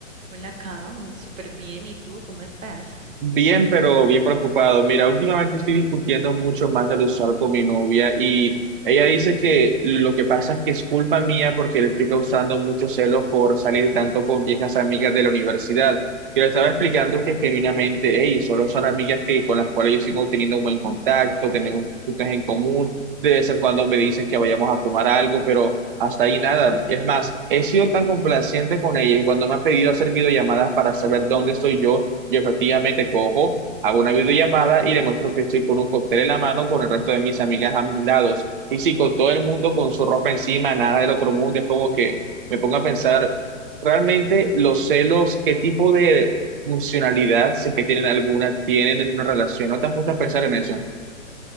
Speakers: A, on the right (about 80°); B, on the right (about 40°).
A: Hola, Cam, súper bien. ¿Y tú cómo estás?
B: Bien, pero bien preocupado. Mira, últimamente estoy discutiendo mucho más de lo usual con mi novia y ella dice que lo que pasa es que es culpa mía porque le estoy causando mucho celo por salir tanto con viejas amigas de la universidad. Yo le estaba explicando que genuinamente, hey, solo son amigas que, con las cuales yo sigo teniendo un buen contacto, tenemos cosas en común, de vez en cuando me dicen que vayamos a tomar algo, pero hasta ahí nada. Es más, he sido tan complaciente con ella y cuando me ha pedido hacer videollamadas para saber dónde estoy yo. Yo efectivamente cojo, hago una videollamada y demuestro que estoy con un cóctel en la mano con el resto de mis amigas a mis lados. Y si con todo el mundo con su ropa encima, nada del otro mundo, es como que me pongo a pensar realmente los celos, qué tipo de funcionalidad, si es que tienen alguna, tienen en una relación. ¿No te has puesto a pensar en eso?